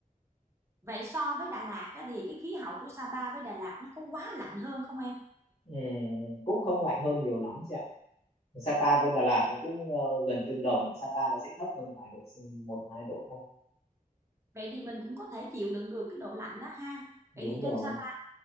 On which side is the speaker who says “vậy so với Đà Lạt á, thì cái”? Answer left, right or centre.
Right